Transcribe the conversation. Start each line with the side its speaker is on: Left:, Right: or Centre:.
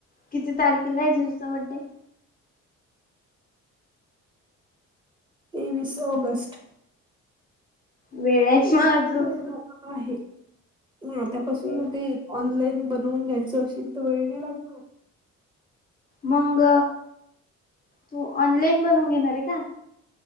Left: किती तारखेला आहे जिजुचा बड्डे?
Right: तेवीस ऑगस्ट.
Left: वेळ आहे
Right: एक
Left: मग अजून
Right: महिनाभर आहे, आतापासून
Left: वेळ
Right: ते. ऑनलाईन बनवून घ्यायचं अशील तर वेळ नाही लागणार?
Left: मग, तू ऑनलाइन बनवून घेणार आहे का?